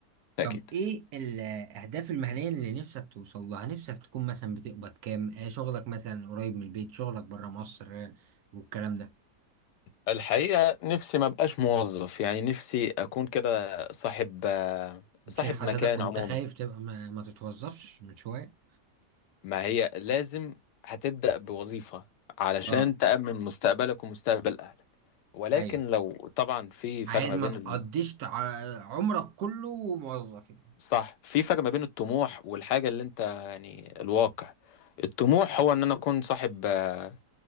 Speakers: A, on the left (about 80°); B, on the right (about 70°).
A: أكيد
B: طب ايه الاهداف المهنيه اللي نفسك توصل لها نفسك تكون مثلا بتقبض كام آه، شغلك مثلا قريب من البيت شغلك بره مصر آه، والكلام ده
A: الحقيقة نفسي ما بقاش موظف يعني نفسي أكون كده صاحب
B: مش
A: صاحب
B: حضرتك
A: مكان
B: كنت
A: عموما
B: خايف تبقى ما, ما تتوظفش من شويه
A: ما هي لازم هتبدأ بوظيفة علشان
B: اه
A: تأمن مستقبلك ومستقبل أهلك ولكن
B: ايوه
A: لو طبعا في فرق
B: عايز
A: ما
B: ما
A: بين
B: تقضيش تع- عمرك كله موظف يعني
A: صح في فرق ما بين الطموح والحاجة اللي انت يعني الواقع الطموح هو ان انا اكون صاحب آه،